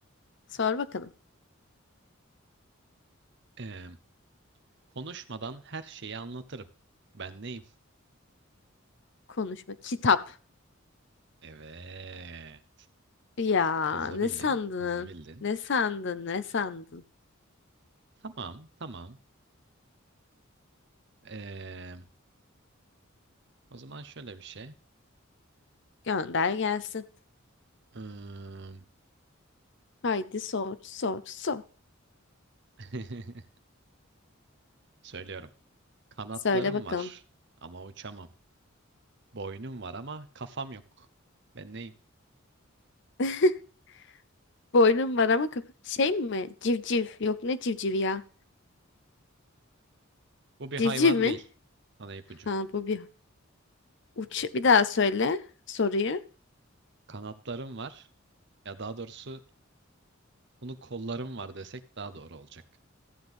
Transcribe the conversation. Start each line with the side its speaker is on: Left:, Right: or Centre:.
Left: Sor bakalım.
Right: Ee, konuşmadan her şeyi anlatırım. Ben neyim?
Left: Konuşma. Kitap.
Right: Evet.
Left: Ya
Right: Hızlı
Left: ne
Right: bildin.
Left: sandın?
Right: Hızlı bildin.
Left: Ne sandın? Ne sandın?
Right: Tamam, tamam. Ee, o zaman şöyle bir şey.
Left: Gönder gelsin.
Right: Im,
Left: Haydi sor, sor, sor.
Right: <laughs> Söylüyorum. Kanatlarım
Left: Söyle bakalım.
Right: var ama uçamam. Boynum var ama kafam yok. Ben neyim?
Left: <laughs> Boynum var ama kapı. Şey mi? Civciv. Yok ne civcivi ya?
Right: Bu bir
Left: Civciv
Right: hayvan
Left: mi?
Right: değil. Sana ipucu.
Left: Ha bu bir. Uç. Bir daha söyle soruyu.
Right: Kanatlarım var. Ya daha doğrusu bunu kollarım var desek daha doğru olacak.